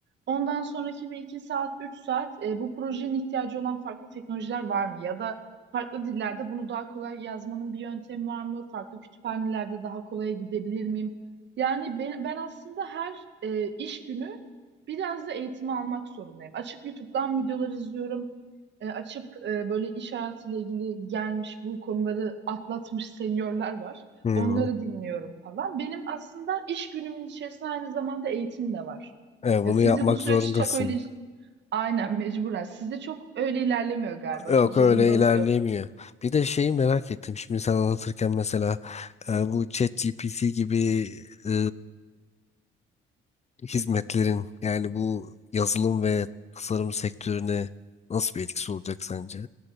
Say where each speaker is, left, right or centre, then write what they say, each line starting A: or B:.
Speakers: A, on the right (about 65°); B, on the left (about 35°).
A: Ondan sonraki bir iki saat, üç saat e, bu projenin ihtiyacı olan farklı teknolojiler var mı? Ya da farklı dillerde bunu daha kolay yazmanın bir yöntemi var mı? Farklı kütüphanelerde daha kolaya gidebilir miyim? Yani ben, ben aslında her e, iş günü biraz da eğitimi almak zorundayım. Açıp YouTube'dan videolar izliyorum e, açıp e, böyle iş hayatıyla ilgili gelmiş bu konuları atlatmış seniorlar var.
B: Hmm.
A: Onları dinliyorum falan. Benim aslında iş günümün içerisinde aynı zamanda eğitim de var.
B: Evet, bunu
A: Ya sizde
B: yapmak
A: bu süreç
B: zorundasın.
A: çok öyle aynen mecburen. Sizde çok öyle ilerlemiyor galiba.
B: Yok
A: Çok zorundalık
B: öyle ilerleyemiyor.
A: yok.
B: Bir de şeyi merak ettim. Şimdi sen anlatırken mesela e, bu ChatGPT gibi e, hizmetlerin yani bu yazılım ve tasarım sektörüne nasıl bir etkisi olacak sence?